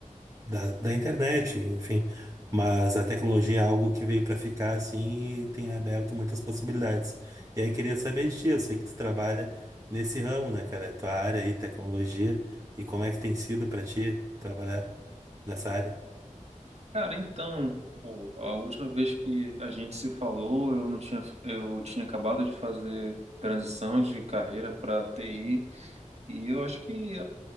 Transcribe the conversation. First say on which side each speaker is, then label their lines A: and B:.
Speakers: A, on the right (about 25°); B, on the right (about 55°).
A: da, da internet, enfim. Mas a tecnologia é algo que veio para ficar assim e tem aberto muitas possibilidades. E aí queria saber de ti, eu sei que tu trabalha nesse ramo, né, cara? Tua área aí, tecnologia, e como é que tem sido para ti trabalhar nessa área?
B: Cara, então, pô, a última vez que a gente se falou, eu não tinha, eu tinha acabado de fazer transição de carreira para TI e eu acho que